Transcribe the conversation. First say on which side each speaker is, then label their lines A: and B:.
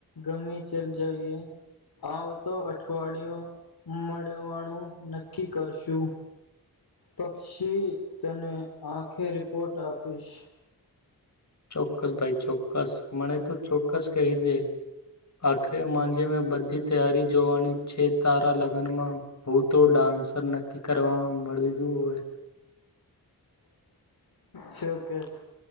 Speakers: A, on the left (about 70°); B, on the left (about 45°).
A: ગમેી ચલ જઈએ આવતો અઠવાડિયું મળવાનું નક્કી કરશું પક્ષી તને આંખે રિપોર્ટ આપીશ
B: ચોક્કસ ભાઈ ચોક્કસ મને તો ચોક્કસ કહી દે આખરે માંજે મેં બધી તૈયારી જોવાની છે તારા લગ્નમાં હું તો ડાન્સર નક્કી કરવાવામાં મળી જો હોય
A: ચોક્કસ